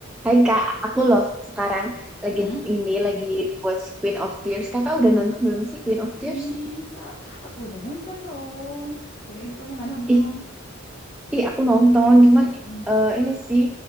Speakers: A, in the centre; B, on the left.
A: Hai Kak, aku loh sekarang lagi
B: Mm-mm.
A: ini lagi watch Queen of Tears. Kakak udah nonton belum sih Queen of Tears?
B: Ih, Sal, aku udah nonton dong. Kirain kamu nggak nonton.
A: Ih, ih aku nonton, cuman
B: Mm-mm.
A: eh, ini sih